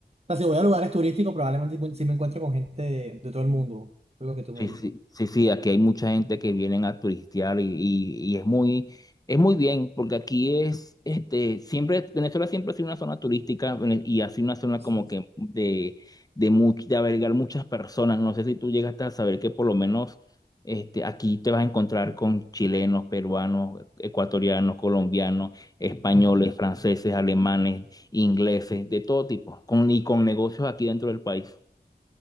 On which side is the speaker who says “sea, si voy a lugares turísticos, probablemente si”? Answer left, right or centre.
Right